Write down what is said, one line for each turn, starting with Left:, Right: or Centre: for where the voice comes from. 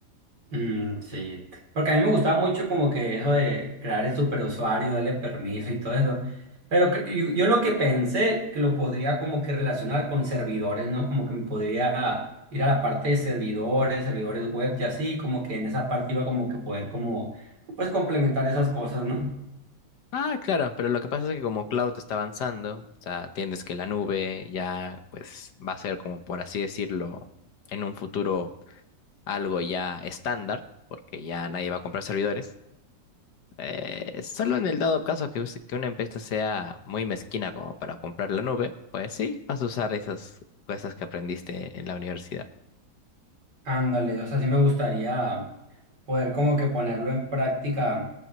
Right: Mm, sí, porque a mí me gustaba mucho como que eso de crear el superusuario, darle permiso y todo eso. Pero cre- yo, yo lo que pensé que lo podría como que relacionar con servidores, ¿no? Como que me podría ir a la parte de servidores, servidores web y así, como que en esa parte iba como que poder como, pues complementar esas cosas, ¿no?
Left: Ah, claro, pero lo que pasa es que como cloud está avanzando, o sea, entiendes que la nube ya pues va a ser como por así decirlo en un futuro algo ya estándar, porque ya nadie va a comprar servidores. Eh, solo en el dado caso que, use- que una empresa sea muy mezquina como para comprar la nube, pues sí, vas a usar esas cosas que aprendiste en la universidad.
Right: Ándale, o sea, sí me gustaría poder como que ponerlo en práctica